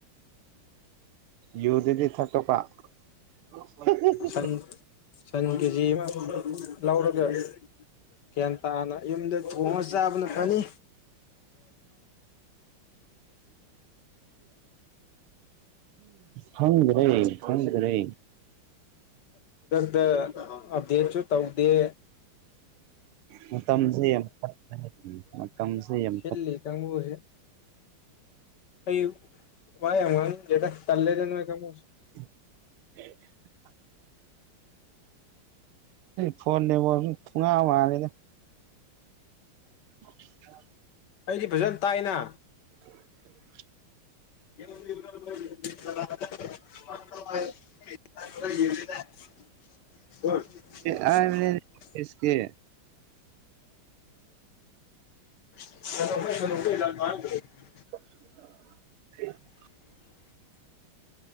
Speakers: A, on the right (about 90°); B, on the left (about 60°).
A: ꯌꯨ ꯗꯨꯗꯤ ꯊꯛꯇꯣꯛꯄ <unintelligible>
B: ꯁꯟ ꯁꯟ ꯀꯦꯖꯤ ꯑꯃ ꯂꯧꯔꯒ ꯒ꯭ꯌꯥꯟ ꯇꯥꯅ ꯌꯨꯝꯗ ꯊꯣꯡꯉꯒ ꯆꯥꯕꯅ ꯐꯅꯤ
A: ꯈꯪꯗꯔ꯭ꯦ ꯈꯪꯗꯔ꯭ꯦ
B: ꯗ ꯑꯞꯗꯦꯠꯁꯨ ꯇꯧꯗꯦ
A: ꯃꯇꯝꯁꯦ ꯌꯥꯝ <unintelligible> <inaudible> ꯌꯥꯝ
B: ꯁꯤꯂꯤ ꯀꯪꯕꯨꯁꯤ ꯑꯥꯌꯨ ꯋꯥ ꯌꯥꯝ ꯉꯪꯅꯤꯪꯗꯔ꯭ꯦꯗ ꯎꯟ ꯇꯥꯂꯦꯗꯥ ꯅꯣꯏ ꯀꯪꯕꯨꯁꯦ
A: <inaudible> ꯐꯣꯟ ꯅꯦꯠꯋꯥꯛꯁꯤ ꯊꯨꯡꯉ ꯃꯥꯅꯤꯗ <inaudible>
B: ꯑꯩꯗꯤ ꯐꯖꯅ ꯇꯥꯏꯅ
A: <inaudible>
B: <unintelligible>
A: ꯍꯥꯏꯕꯅꯤꯅꯦ ꯏꯁ ꯀꯦ
B: <unintelligible> <inaudible>
A: <inaudible>